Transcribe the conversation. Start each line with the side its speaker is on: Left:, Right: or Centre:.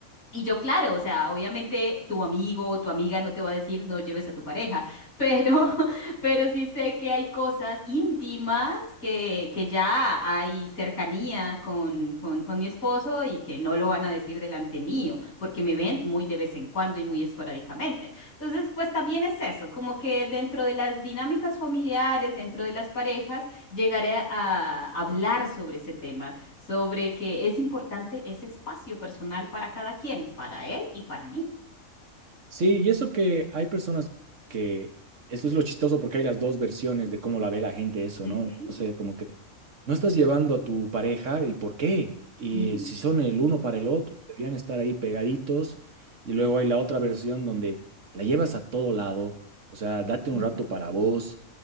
Left: Y yo, claro, o sea, obviamente tu amigo o tu amiga no te va a decir no lleves a tu pareja, <laughs> pero pero sí sé que hay cosas íntimas que, que ya hay cercanía con, con, con mi esposo y que no lo van a decir delante mío, porque me ven muy de vez en cuando y muy esporádicamente. Entonces, pues también es eso, como que dentro de las dinámicas familiares, dentro de las parejas, llegaré a hablar sobre ese tema, sobre que es importante ese espacio personal para cada quien, para él y para mí.
Right: Sí, y eso que hay personas que, esto es lo chistoso porque hay las dos versiones de cómo la ve la gente eso,
Left: Ujú.
Right: ¿no? O sea, como que no estás llevando a tu pareja y por qué, y
Left: Mm.
Right: eh, si son el uno para el otro, deberían estar ahí pegaditos, y luego hay la otra versión donde la llevas a todo lado, o sea, date
Left: <laughs>
Right: un rato para vos.